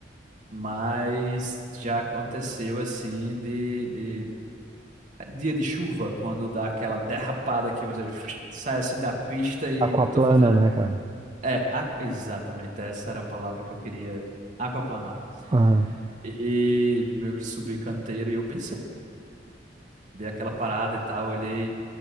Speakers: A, on the right (about 45°); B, on the right (about 25°).
A: Mas já aconteceu assim de, de- é, dia de chuva, quando dá aquela derrapada que você <tsk> sai assim da pista e
B: Aquaplana,
A: eu tô fazendo.
B: né, cara?
A: É, aqu- exatamente, essa era a palavra que eu queria, aquaplanar.
B: Ah.
A: E meio que subi canteiro e eu pensei, dei aquela parada e tal, olhei.